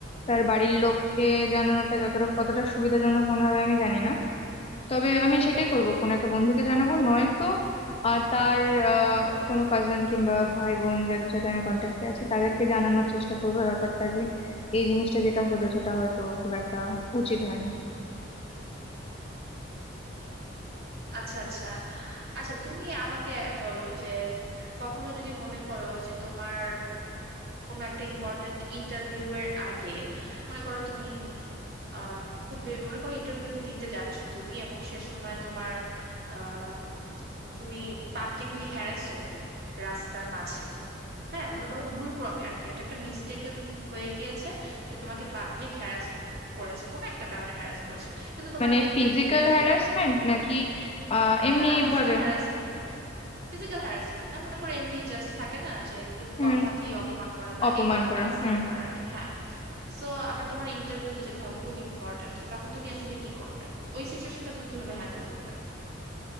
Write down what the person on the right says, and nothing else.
আচ্ছা আচ্ছা আচ্ছা তুমি আমাকে বলো যে কখনো যদি মনে করো যে তোমার কোনো একটা ইম্পর্ট্যান্ট ইন্টারভিউ এর আগে মনে করো তুমি উম, আহ খুব বে- মনে করো ইন্টারভিউ দিতে যাচ্ছ তুমি এবং সে সময় তোমার আহ তুমি পাবলিকলি হ্যারাস হলে রাস্তার মাঝে হ্যাঁ মনে করো ভুল ক্রমে আর কি এটা একটা মিস্টেকেন হয়ে গিয়েছে যে তোমাকে পাবলিক হ্যারাস করেছে কোনো একটা কারণে হ্যারাস করেছে কিন্তু তোমার
আবার ইন্টারভিউ
দিতে যেতে
হবে ইম্পর্টেন্ট
না না ফিজিক্যাল
হ্যারাসমেন্ট ফিজিক্যাল হ্যারাসমেন্ট না মনে করো এমনি জাস্ট থাকে না যে একটু
কথা দিয়ে অপমান করা বা
এই ধরনের
ইনসাল্ট
করা আর কি হ্যাঁ সো আবার তোমার ইন্টারভিউতে যেতে হবে খুব ইম্পর্ট্যান্ট তখন তুমি আসলে কি করবে ওই সিচুয়েশনটা তুমি কিভাবে হ্যান্ডেল করবে